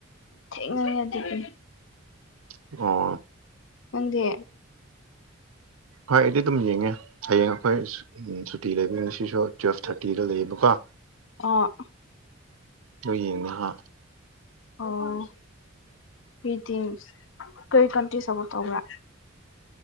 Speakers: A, on the left; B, on the right.
A: ꯊꯦꯡꯅꯉꯗꯒꯤ
B: <unintelligible>
A: ꯅꯪꯗꯤ
B: ꯍꯣꯏ ꯑꯩꯗꯤ ꯑꯗꯨꯝ ꯌꯦꯡꯉꯦ ꯍꯌꯦꯡ ꯑꯩꯈꯣꯏ ꯁꯨꯇꯤ ꯁꯨꯇꯤ ꯂꯩꯕ ꯉꯁꯤꯁꯨ ꯇꯨꯋꯦꯜꯐ ꯊꯥꯔꯇꯤꯗ ꯂꯩꯌꯦꯕꯀꯣ
A: ꯑꯥ
B: ꯅꯣꯏ ꯌꯦꯡꯅ ꯍꯥ
A: ꯑꯣ ꯀ꯭ꯔꯤꯇꯤꯡ ꯀꯔꯤ ꯀꯟꯇꯦꯁ ꯑꯃꯨꯛ ꯇꯧꯕ꯭ꯔꯥ